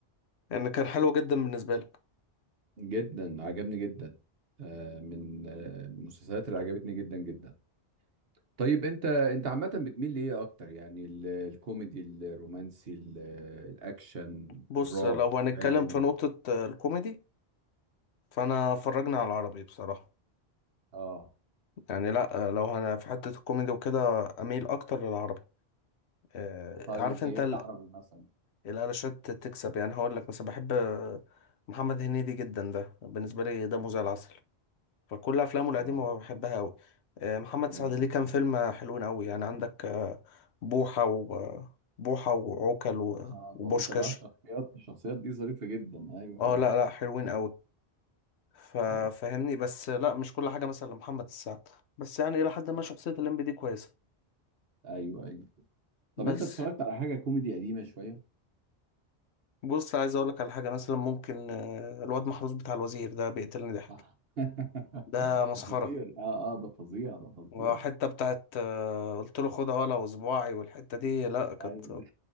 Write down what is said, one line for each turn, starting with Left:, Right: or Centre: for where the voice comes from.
Left: ان كان حلو جدا بالنسبة لك
Right: جدا عجبني جدا آه من آه من المسلسلات اللي عجبتني جدا جدا طيب انت انت عامة بتميل لإيه أكتر يعني ال- الكوميدي الرومانسي ال- الأكشن
Left: بص
Right: الرعب
Left: لو هنتكلم
Right: خيال علمي
Left: في نقطة آه، الكوميدي فانا فرجنا على العربي بصراحة
Right: اه
Left: يعني لا آه، لو انا في حتة الكوميدي وكده اميل اكتر للعربي آه،
Right: طيب
Left: عارف
Right: زي
Left: انت
Right: ايه العربي مثلا
Left: الالشات تكسب يعني هقول لك مثلا بحب محمد هنيدي جدا ده بالنسبه لي دمه
Right: اه
Left: زي العسل فكل افلامه
Right: آه،
Left: القديمه بحبها قوي محمد
Right: هو ده
Left: سعد
Right: مخيف
Left: ليه كام
Right: جدا
Left: فيلم حلوين قوي يعني عندك آه، بوحه و بوحه وعوكل و-
Right: اه
Left: وبوشكاش
Right: بفكر اه الشخصيات الشخصيات دي ظريفة جدا ايوه
Left: اه
Right: فعلا
Left: لا لا حلوين قوي ففهمني
Right: آه،
Left: بس لا مش كل حاجه مثلا لمحمد سعد بس يعني الى حد ما شخصيه الليمبي دي كويسه
Right: ايوه ايوه طب
Left: بس
Right: انت اتفرجت على حاجة كوميدي قديمة شوية؟
Left: بص عايز اقول لك على حاجه مثلا ممكن آه، الواد محروس بتاع الوزير ده بيقتلني ضحك
Right: آه. <laughs>
Left: ده مسخره
Right: ده خطير اه اه ده فظيع ده فظيع
Left: وحتة بتاعت آه، قلت له خدها ولا وصباعي والحتة دي لا كانت
Right: ايوه